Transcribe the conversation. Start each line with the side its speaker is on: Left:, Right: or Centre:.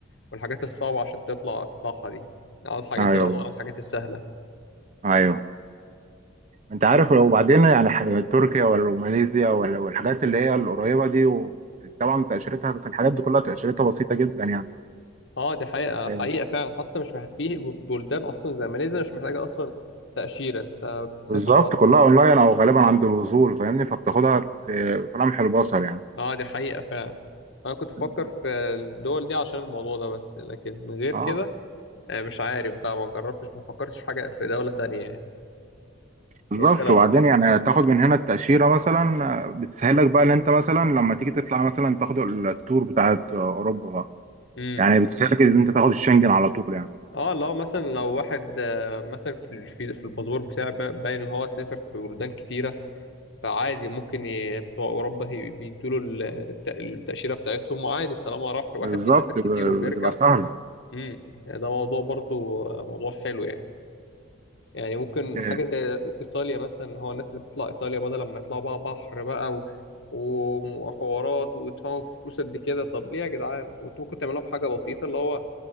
Left: والحاجات الصعبه عشان تطلع تطلعها دي أنا عاوز حاجات
Right: ايوه
Left: الأضواء
Right: بالظبط.
Left: الحاجات السهله
Right: ايوه انت عارف لو بعدين يعني ح- تركيا ولا ماليزيا ولا والحاجات اللي هي القريبه دي و- طبعا تاشيرتها الحاجات دي كلها تاشيرتها بسيطه جدا يعني
Left: اه دي حقيقه
Right: آه،
Left: حقيقه فعلا حتى مش محتاج في بلدان اصلا زي ماليزيا مش محتاجه اصلا تاشيره انت بتسافر
Right: بالظبط
Left: على طول
Right: كلها اونلاين او غالبا عند الوصول فاهمني فبتاخدها في في لمح البصر
Left: اه دي حقيقه فعلا انا كنت بفكر
Right: يعني
Left: في الدول دي عشان الموضوع ده بس لكن من غير
Right: اه
Left: كده آه، مش عارف بقى ما جربتش ما فكرتش في حاجه في دوله تانية يعني
Right: بالظبط
Left: انت لو
Right: وبعدين يعني تاخد من هنا التأشيرة مثلا آه، بتسهلك بقى ان انت مثلا لما تيجي تطلع مثلا تاخد التور بتاعت آه، اوروبا بقى
Left: مم.
Right: يعني بتسهلك ان انت تاخد الشنجن على طول يعني
Left: اه لو مثلا لو واحد آه، مثلا في ال- في في الباسبور بتاعه با- باين ان هو سافر في بلدان كتيره فعادي ممكن ي- بتوع اوروبا هي- بيدوله ال- الت- التاشيره بتاعتهم وعادي طالما راح واحد
Right: بالظبط
Left: بيسافر
Right: ب-
Left: كتير وبيرجع
Right: بتبقى سهلة
Left: امم ده موضوع برضو آه، موضوع حلو يعني يعني ممكن
Right: آه،
Left: حاجه زي ايطاليا مثلا هو الناس اللي بتطلع ايطاليا بدل لما يطلعوا بقى بحر بقى و... وحوارات ويدفعوا فلوس قد كده طب ليه يا جدعان انتوا ممكن تعملوها بحاجه بسيطه اللي هو